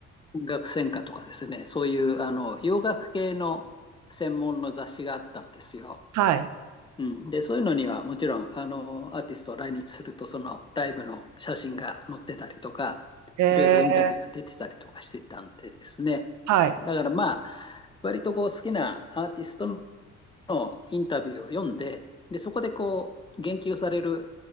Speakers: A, on the left; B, on the right.
A: 音楽専科とかですね。そういうあの洋楽系の専門の雑誌があったんですよ。
B: はい。
A: うん、で、そういうのにはもちろん、あの、アーティストを来日すると、そのライブの写真が載ってたりとか、
B: えー、
A: いろいろインタビューが出てたりとかしてたんでですね。
B: はい。
A: だからまあ、割とこう好きなアーティストのインタビューを読んで、で、そこでこう、言及される